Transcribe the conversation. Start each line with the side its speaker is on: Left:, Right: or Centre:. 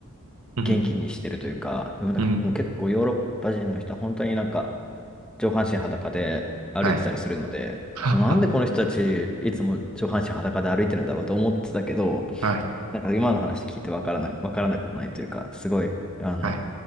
Right: うん、
Centre: 元気にしてるというか、でもなんかもう結構ヨーロッパ人の人は本当になんか
Right: うん。
Centre: 上半身裸で歩いてたりするので、
Right: はい。は、
Centre: なんでこの人たちいつも上半身裸で歩いてるんだろうと思ってたけど、
Right: は、はい、
Centre: なんか今の話聞いてわからな、わからなくもないというか、すごい、あの、
Right: はい。